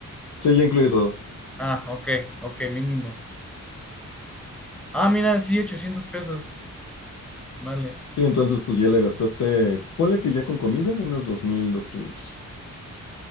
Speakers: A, on the left (about 65°); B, in the centre.
A: Sí, ya incluye todo.
B: Ah, ok, ok, mínimo. Ah, mira, sí, 800 pesos, vale.
A: Sí, entonces pues ya le gastaste, ponle que ya con comida, unos dos mil, dos quinientos.